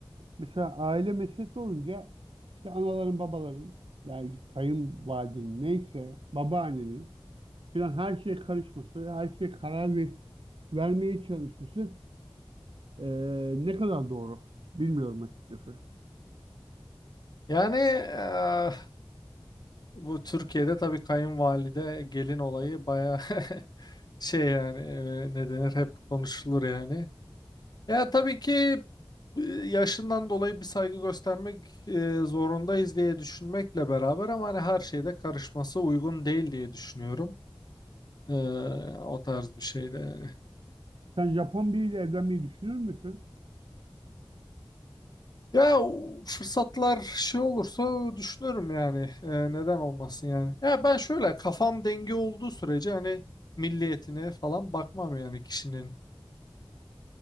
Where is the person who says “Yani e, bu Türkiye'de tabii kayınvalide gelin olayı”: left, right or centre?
Left